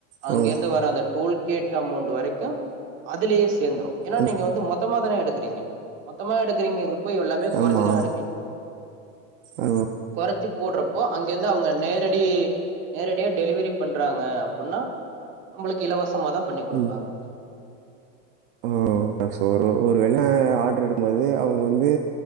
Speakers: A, on the right; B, on the right.
A: அங்கெருந்து
B: ஆ
A: வர அந்த டோல் கேட் டமௌண்டு வரைக்கு அதுலெயே சேந்துரு எனா
B: ம்
A: நீங்க வந்து மொத் தமா தானெ எடுக்குறீங்க மொத்தமா எடுக்றீங்கருபொய் கொறச்சு
B: ஆமா
A: தா எடுப்பிங்க
B: ஓ
A: கொறச்சு போட்றப் போ அங்கெந்து அவுங்க நேரடி நேரடியா டெலிவரி பண்றாங்க அப்புன்னா நம்பளுக்கு இலவ சமாதா பண்ணி குடுப்பாங்க
B: ம் ஓ
A: ம்
B: சோ ஒரு ஒரு வேல ஆர்டர் எடு க்கும்பொது அவு ங்க வந்து